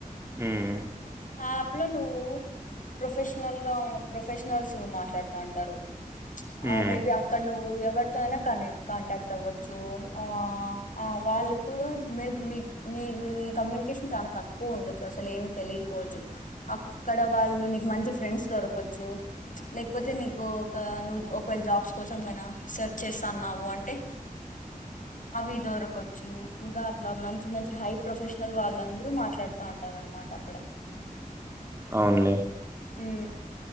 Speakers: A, on the right (about 15°); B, on the left (about 60°).
A: ఉమ్ ఉ
B: యాప్ లో నువ్వు ప్రొఫెషనల్ గా ప్రొఫెషనల్స్ మాట్లాడుతాంటారు
A: హ్మ్.
B: ఆ మేబి అక్కడ నువ్వు ఎవరితో అయిన కనక్ట్ కాంటాక్ట్ అవ్వచ్చు ఆ ఆ వాళ్ళు నీ నీ కమ్యూనికేషన్ చాలా తక్కువ ఉండొచ్చు అసలు ఏమి తెలియకపోవచ్చు అక్కడ వాళ్ళు నీకు మంచి ఫ్రెండ్స్ దొరకచ్చు లేకపోతే నీకు ఒక నువ్వు ఒకవేళ జాబ్స్ కోసం నువ్వు సెర్చ్ చేస్తాన్నావు అంటే అవి దొరకచ్చు ఇంకా అట్లా మంచి మంచి హై ప్రొఫెషనల్ వాళ్ళందరు మాట్లాడ వస్తా అంటార అనమాట అక్కడ
A: అవునులే
B: మ్మ్